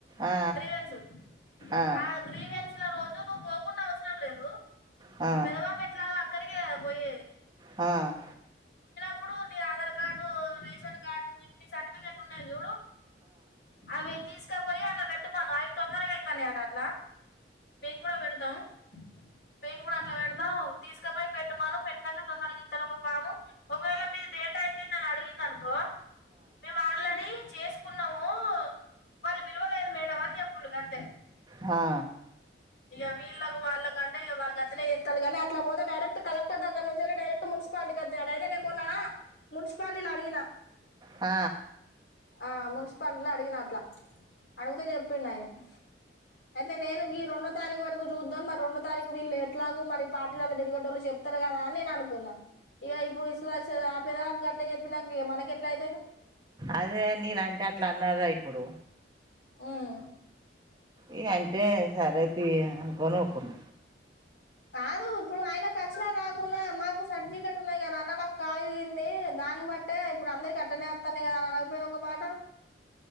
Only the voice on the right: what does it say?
ఆ
ఆ ఆ
అదే
ఆ
హా
ఆ
అదే నీనంటే అట్లా అన్నారా ఇప్పుడు
ఇగ అంటే సరే తి అనుకొని ఊకున్న